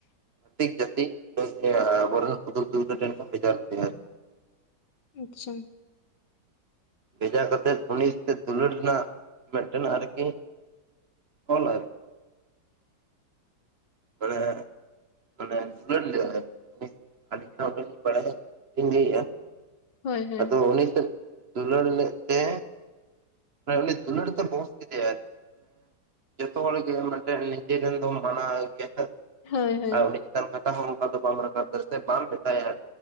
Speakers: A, on the right; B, on the left.
A: ᱪᱷᱟᱹᱛᱤᱠ ᱡᱟᱹᱛᱤ ᱟᱵᱚ ᱨᱮᱱ ᱦᱩᱰᱩᱨ ᱫᱩᱨᱜᱟᱹ ᱴᱷᱮᱱ ᱠᱚ ᱵᱷᱮᱡᱟ ᱞᱮᱫᱮᱭᱟ
B: ᱟᱪᱪᱷᱟ
A: ᱵᱷᱮᱡᱟ ᱠᱟᱛᱮᱫ ᱩᱱᱤ ᱴᱷᱮᱡ ᱫᱩᱞᱟᱹᱲ ᱨᱮᱱᱟᱜ ᱢᱤᱫᱴᱟᱝ ᱟᱨᱠᱤ ᱚᱞ ᱟᱨᱠᱤ <unintelligible> ᱢᱟᱱᱮ ᱫᱩᱞᱟᱹᱲ ᱞᱮᱫᱟᱭ ᱟᱹᱞᱤᱧ ᱦᱚᱸ ᱵᱟᱹᱞᱤᱧ ᱵᱟᱲᱟᱭᱟ ᱞᱤᱧ ᱞᱟᱹᱭ ᱮᱜᱼᱟ
B: ᱦᱳᱭ ᱦᱳᱭ
A: ᱟᱫᱚ ᱩᱱᱤ ᱥᱮᱫ ᱫᱩᱞᱟᱹᱲ ᱞᱮᱫ ᱛᱮ ᱩᱱᱤ ᱫᱩᱞᱟᱹᱲ ᱛᱮ ᱵᱟᱥ ᱠᱮᱫᱮᱭᱟᱼ ᱡᱚᱛᱚ ᱦᱚᱲ ᱜᱮ ᱢᱟᱱᱮ ᱱᱤᱡᱮ ᱵᱚᱱ ᱵᱟᱲᱟᱭ ᱜᱮᱭᱟ ᱥᱮ
B: ᱦᱳᱭ ᱦᱳᱭ
A: ᱟᱨ ᱩᱱᱤ ᱪᱮᱛᱟᱱ ᱠᱟᱛᱷᱟ ᱦᱚᱸ ᱚᱱᱠᱟ ᱫᱚ ᱵᱟᱢ ᱨᱟᱠᱟᱵ ᱫᱟ ᱥᱮ ᱵᱟᱢ ᱢᱮᱛᱟ ᱟᱭᱟ